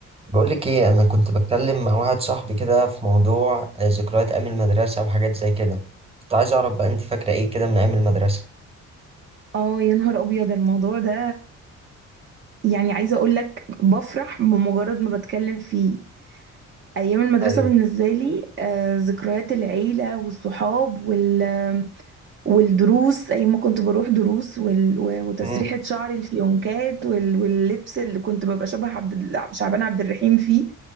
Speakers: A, on the right; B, on the right.
A: بقولك ايه انا كنت بتكلم مع واحد صاحبي كده في موضوع آه، ذكريات ايام المدرسه وحاجات زي كده كنت عايز اعرف بقى انت فاكره ايه كده من ايام المدرسه
B: اه يا نهار ابيض الموضوع ده يعني عايزه اقول لك بفرح بمجرد ما بتكلم فيه ايام المدرسه
A: ايوه
B: بالنسبه لي آه، ذكريات العيله والصحاب وال والدروس ايام ما كنت بروح دروس وال... و- وتسريحه
A: امم
B: شعري الفيونكات وال... واللبس اللي كنت ببقى شبه عبد ال- شعبان عبد الرحيم فيه